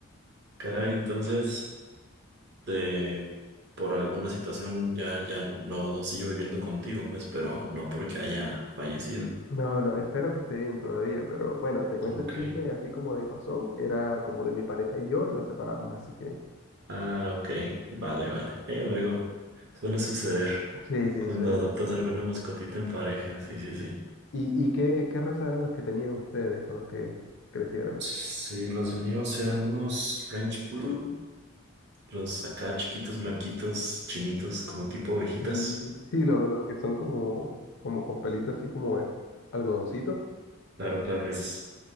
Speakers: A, on the right; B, on the left.
A: Caray, entonces... eh, por alguna situación ya, ya no sigo viviendo contigo, pues, pero no porque haya fallecido.
B: No, no, espero que esté bien todavía, pero bueno, te cuento
A: Ok.
B: el chisme así como de pasón, era como de mi pareja y yo y nos separamos, así que
A: Ah, ok. Vale, vale. Eh, luego suele suceder
B: sí, sí,
A: cuando
B: <laughs> suele
A: adoptas
B: pasar.
A: alguna mascotita en pareja. Sí, sí, sí.
B: ¿Y, y qué, qué raza eran los que tenían ustedes con los que crecieron?
A: Sí, los míos eran unos French Poodle, los acá chiquitos, blanquitos, chinitos, como tipo ovejitas.
B: Mm, Sí, los, los que son como, como con pelito así como eh, algodoncito.
A: Claro, claro, es.